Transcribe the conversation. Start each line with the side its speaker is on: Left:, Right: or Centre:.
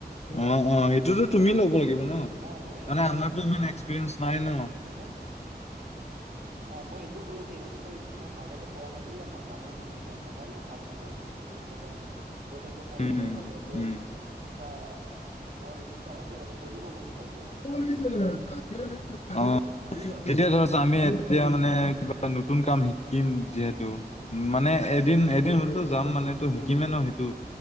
Left: অ, অ। সেইটোতো তুমি ল'ব লাগিব ন!
Right: অ মই
Left: মানে আমাৰতো ইমান এক্সপিৰিয়েঞ্চ নাই ন!
Right: অ, মোকো! অ, মই সেইটোও ক'লো যে, ইহঁতেটো ই ইমান আগতে পোৱা নাছিল। সেইবিলাক মই মানুহ নে নেপালো, ভাল মানুহ কৰিব কাৰণে। প্ৰত্যেকে মোৰ
Left: উম,
Right: লগৰ হয়। সিহঁতে
Left: উম।
Right: এটা মোৰ বিশ্বাস আছে সিহঁতে কৰিব বুলি ভালকে।
Left: <unintelligible> অ,
Right: বুজিছ
Left: এতিয়া ধৰা চোন আমি এ তিয়া মানে কিবা নতুন কাম শিকিম যিহেতু, উ মানে এদিন, এদিন টো যাম
Right: উম
Left: মানেটো
Right: উম
Left: শিকিমে ন সেইটো।